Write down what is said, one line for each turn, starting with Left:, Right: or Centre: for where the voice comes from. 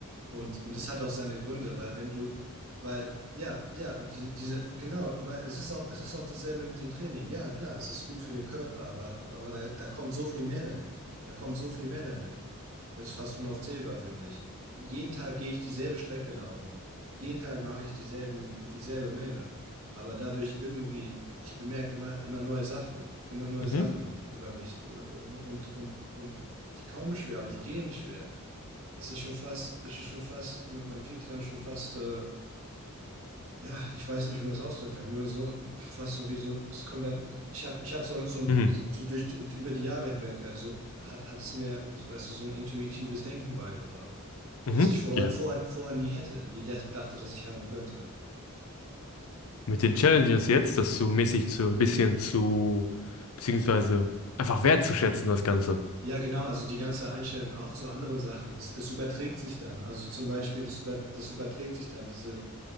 Right: Und, und es hat auch seine Gründe, weil wenn du, weil, ja, ja, die, diese, genau, weil es ist auch, es ist auch dasselbe mit dem Training. Ja, klar, es ist gut für den Körper, aber, aber da, da kommt so viel mehr damit. Da kommt so viel mehr damit. Das ist fast unaufzählbar, finde ich. Jeden Tag gehe ich dieselbe Strecke laufen. Jeden Tag mache ich dieselben, dieselbe Menge. Aber dadurch irgendwie, ich bemerke immer, immer neue Sachen, immer neue
Left: Mhm.
Right: Sachen über mich und, und, und die kommen schwer, aber die gehen schwer. Das ist schon fast, das ist schon fast, man, man kriegt die dann schon fast, äh, ja, ich weiß nicht, wie man es ausdrücken kann, wie man so, fast so wie so, es kommt dann, ich habe, ich habe so, so,
Left: Mhm.
Right: so durch, über die Jahre hinweg, äh, so hat, hat es mir, also, weißt du, so ein intuitives Denken beigebracht
Left: Mhm.
Right: das ich vorher,
Left: Ja.
Right: vorher, vorher nie hätte, nie dä- dachte, dass ich haben könnte.
Left: Mit den Challenges jetzt, das zu mäßig zu ein bisschen zu, beziehungsweise einfach wertzuschätzen, das Ganze.
Right: Ja, genau, also die ganze Einstellung auch zu anderen Sachen, das, das überträgt sich dann. Also zum Beispiel, das, über, das überträgt sich dann, diese,